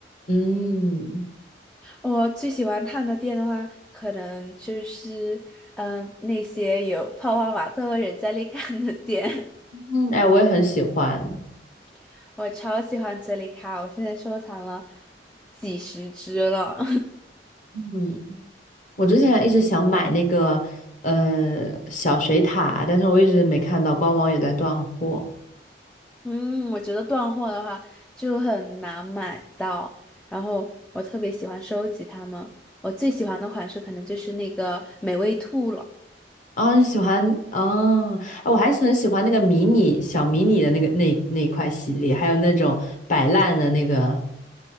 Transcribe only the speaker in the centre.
我最喜欢探的店的话，可能就是嗯那些有泡泡玛特和人在利卡的店。
<laughs> 我超喜欢哲理卡，我现在收藏了几十只了。
<laughs> 嗯，我觉得断货的话就很难买到，然后我特别喜欢收集它们。我最喜欢的款式可能就是那个美味兔了。